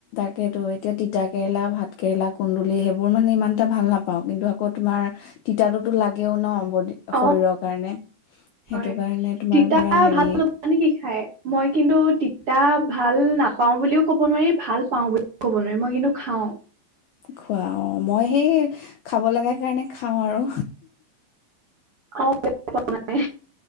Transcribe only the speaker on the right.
অ
হয়।
তিতা
ভাল নোপোৱা নেকি খাই? মই কিন্তু তিতা ভাল নাপাওঁ বুলিও ক'ব নোৱাৰি ভাল পাওঁ বুলিও ক'ব নোৱাৰি মই কিন্তু খাওঁ।
অ <unintelligible> প মানে।